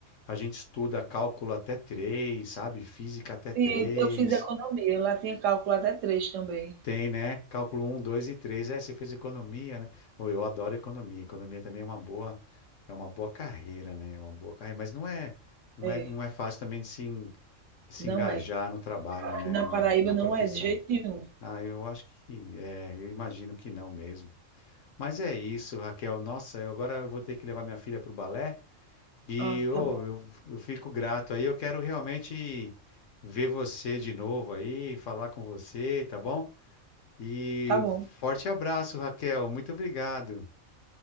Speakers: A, on the left (about 70°); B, on the right (about 75°).
A: a gente estuda cálculo até três, sabe? Física até três.
B: Sim, eu fiz economia. Lá tinha cálculo até três também.
A: Tem, né? Cálculo um 2 e três É, você fez economia, né? Ou eu adoro economia. Economia também é uma boa, é uma boa carreira, né? É uma boa carreira, mas não é, não
B: É,
A: é, não é fácil também de se, en- de se
B: não
A: engajar
B: é.
A: no trabalho,
B: Aqui
A: né?
B: na
A: No-
B: Paraíba
A: na
B: não
A: profissão.
B: é de jeito nenhum.
A: Ah, eu acho que é, eu imagino que não mesmo. Mas é isso, Raquel. Nossa, eu- agora eu vou ter que levar minha filha para o balé e
B: Ah,
A: ô,
B: tá bom.
A: eu, eu fico grato aí. Eu quero realmente ver você de novo aí, falar com você, tá bom? E
B: Tá bom.
A: forte abraço, Raquel. Muito obrigado.